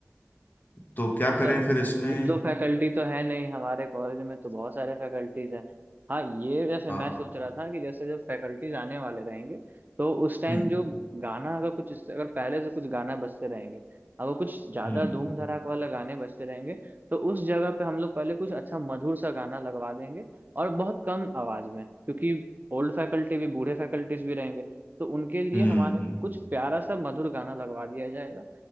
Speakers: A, on the left (about 40°); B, on the right (about 40°).
A: तो क्या
B: पता
A: करें
B: चला
A: फिर इसमें
B: एक दो फैकल्टी तो है नहीं हमारे कॉलेज में तो बहुत सारे फैकल्टीज हैं हाँ ये जैसे
A: हाँ
B: मैं सोच रहा था कि जैसे जब फैकल्टीज आने वाले रहेंगे तो उस टाइम
A: हम्म
B: जो गाना अगर कुछ इससे अगर पहले से कुछ गाना बजते रहेंगे अगर कुछ ज्यादा
A: हम्म
B: धूम धड़ाक वाले गाने बजते रहेंगे तो उस जगह पे हम लोग पहले कुछ अच्छा मधुर सा गाना लगवा देंगे और बहुत कम आवाज में क्योंकि ओल्ड फैकल्टी भी बूढ़े फैकल्टीज भी रहेंगे तो उनके लिए
A: हम्म
B: हमारा
A: हम्म
B: कुछ प्यारा सा मधुर गाना लगवा दिया जाएगा